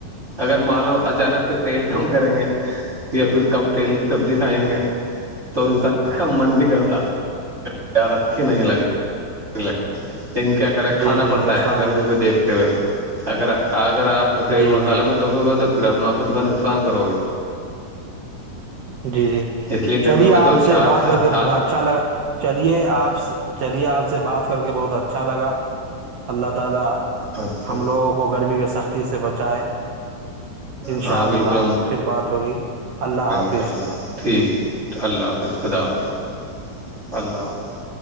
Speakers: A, on the right; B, on the right.
A: اگر مان لو اچانک سے تیل کم کریں گے یا پھر کم تیل کی سبزی کھائیں گے تو انسان کا من ن کرتا پیار اچھی نہیں لگی ج ل لیکن کیا کرے
B: ہے
A: کھانا
B: جی جی
A: پڑتا
B: نقصان
A: ہے گرمی
B: دہ
A: کو دیکھتے ہوئے اگر آ اگر آپ تیل
B: جی
A: مسالے
B: جی
A: کو
B: جی
A: دھو گے تو پھر اپنا خود کا نقصان کرو گے
B: جی جی
A: اس لیے گرمی
B: چلیے
A: میں
B: آپ
A: تو
B: سے
A: چھاچھ
B: بات
A: چھاچھ
B: کر کے اچھا لگا چلیے آپ چلیے آپ سے بات کر کے بہت اچھا لگا اللہ تعالی
A: اچھا
B: ہم لوگوں کو گرمی کے سختی سے بچائے انشاء
A: ہاں
B: اللہ
A: بالکل
B: پھر بات ہوگی اللہ حاظ
A: اناء اللہ ٹھیک ہے اللہ حافظ خدا اللہ حافظ اللہ حافظ